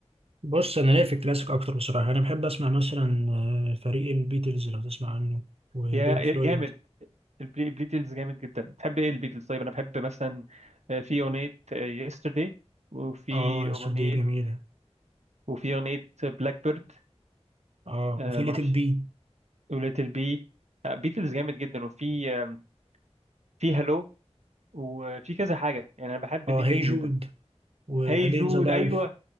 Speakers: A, on the right; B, on the right.
A: بص انا ليا في الكلاسيك اكتر بصراحه انا بحب اسمع مثلا آه، فريق البيتلز لو تسمع عنه وبينك
B: يا
A: فلويد
B: جامد البلي- البيتلز جامد جدا بتحب ايه البيتلز طيب انا بحب مثلا آه، في اغنية يسترداي وفي
A: اه يا
B: اغنية
A: أسطى دي جميله
B: وفي اغنية بلاك بيرد
A: اه
B: ما
A: وفي ليت
B: اعرفش
A: بي
B: وليتل بي بيتلز جامد جدا وفي آم، في هالو وفي كذا حاجة يعني انا بحب بيتلز
A: اه هي جود
B: جدا
A: وادين
B: هاي جود
A: ذا لايف
B: ايوه